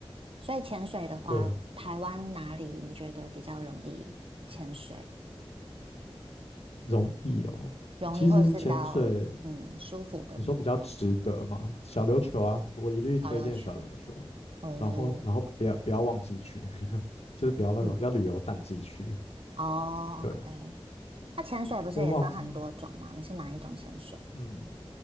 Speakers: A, on the right; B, on the left.
A: 所以潜水的话，
B: 对啊，
A: 台湾哪里你觉得比较容易潜水？
B: 容易哦。
A: 容易或是比较嗯舒服的
B: 其实潜水，你说比较值得嘛？小琉球啊，我一律推荐小琉球。
A: 小琉球？哦，
B: 然后，然后不要不要旺季去，<laughs> 就是不要那种要旅游淡季去。
A: 嗯哦，OK。
B: 对，
A: 那潜水不是也分很多种吗？
B: 因为旺季，
A: 你是哪一种潜水？
B: 嗯，